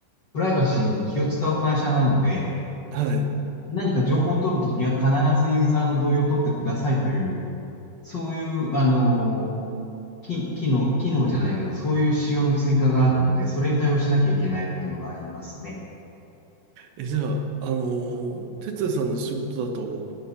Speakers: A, on the left (about 45°); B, on the right (about 80°).
A: プライバシーに気を使う会社なので、
B: はい。
A: 何か情報を取るときは必ずユーザーの同意を取ってくださいという、そういう、あの、き機能、機能じゃないけど、そういう仕様の追加があるので、それに対応しなきゃいけないっていうのがありますね。
B: え、じゃあ、あの、哲也さんの仕事だと、